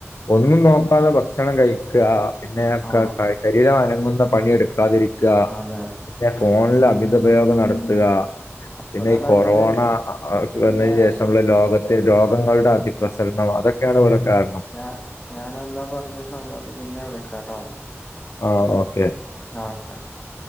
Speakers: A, on the left; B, on the left.
A: ഒന്നും നോക്കാതെ ഭക്ഷണം കഴിക്ക പിന്നെക്ക
B: ആഹ്
A: ത ശരീരം അനങ്ങുന്ന പണിയെടുക്കാതിരിക്കുക
B: അതെ
A: പിന്നെ ഫോണിൽ അമിത ഉപയോഗം നടത്തുക
B: ആയിക്കോട്ടെടാ
A: പിന്നെ ഈ കൊറോണ
B: ഞാന് പിന്നെ
A: വന്നതിന് ശേഷം നമ്മുടെ ലോകത്തെ രോഗങ്ങളുടെ അതിപ്രസരണം അതൊക്കെയാണ് ഇവിടെ കാരണം
B: ഞാൻ ഞാൻന്നാ പറഞ്ഞ സംഭവത്തി പിന്നെ വിളിക്കാട്ടോ
A: ആഹ് ഓക്കെ
B: ഓക്കെ ഓക്കെ